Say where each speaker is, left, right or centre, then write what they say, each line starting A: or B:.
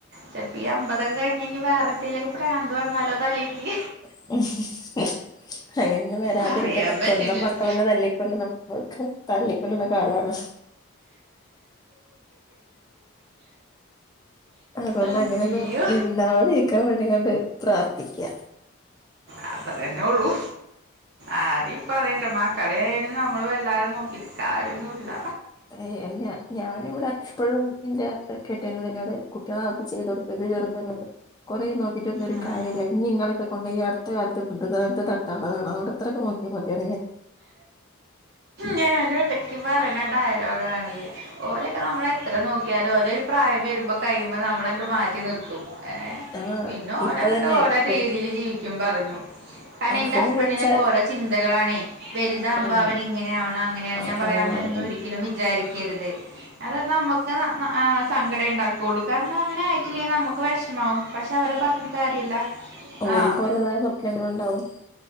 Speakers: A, on the right; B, on the left.
A: ചിലപ്പോ ഈ അമ്പതൊക്കെ കഴിഞ്ഴി വേറെ എന്തേലക്കെ പ്രാന്ത് വന്നാലോ തലേക്ക്
B: <unintelligible> വരാതിരിക്കട്ടെ
A: പറയാൻ പറ്റില്ലല്ലോ
B: സ്വന്തം മക്കളെ തല്ലിക്കൊണ്ട് ത കോളുന്ന കാലാണ് അതുകൊണ്ട്
A: അയ്യോ
B: അങ്ങനെയൊന്നും ഉണ്ടാവാതി എനിക്കാൻ വേണ്ടി കണ്ട് പ്രാർ ട്ടിക്ക
A: അത്ര തന്നെ ഉള്ളു ആരി പറയട്ടെ മാ കളിയായാലും നമ്മള് വല്ലരും നോക്കിട്ട കാര്യമൊന്നുല്ല
B: എ ഞാനിവിടെ എപ്പോഴും ഇന്റെ കെട്ട നോട് കുട്ടികളൊക്കെ ചെയ്ത കൊടുക്കത് ചെറു കുറേ നോക്കിട്ട്ന്നും ഒരു
A: ഉം
B: കാര്യമല്ല ഇനി ഇങ്ങളെക്കെ അതൊണ്ട് ഈ അടുത്ത കാലത്ത് ബുന്ധുകളെ <unintelligible> ഇത്രൊക്കെ നോക്കിയാ മതിയ
A: ഞാന ഒടക്ക് പറയുന്ന ഡയലോഗാണത് ഓലൊക്കെ നമ്മള എത്ര നോക്കിയാലും ഓല ഒരു പ്രായം വരുമ്പോൾ കഴിയുമ്പോ നമ്മള മാറ്റി നിർത്തും ഏർ
B: ഞാൻ ആഹ്
A: പിന്നെ ഓല
B: ഇപ്പൊ
A: അങ്ങിട്ട്
B: തന്നെ
A: ഓല
B: കുട്ടി
A: രീതിൽ ജീവിക്കും പറഞ്ഞു കാരൻ
B: ആഹ്
A: എൻറെ
B: ഫോൺ
A: ഹസ്ബൻഡിനൊക്കെ
B: വിളിച്ചാ
A: ഓരോ ചിന്തകളാണ് വലുതാവകുമ്പോ
B: ആഹ്
A: അവർ ഇങ്ങനെയ ആണ അങ്ങനെയ
B: ആഹ്
A: ഞാൻ പറയാ
B: അങ്ങനെയാണ്
A: അങ്ങനെ ഒന്നും
B: ഉം
A: ഒരിക്കലും വിചാരിക്കരുത് അത നമ്മുക്ക് സങ്കടം ഉണ്ടാക്കുള്ളൂ കാരണം അങ്ങനെ ആയിട്ടില്ലേ നമുക്ക് വിഷമാവും പക്ഷെ അവരെ പറഞ്ഞിട്ട് കാര്യമില്ല
B: ഓൽക്കോലതായ
A: ആ
B: സ്വപ്നങ്ങ ഉണ്ടാവും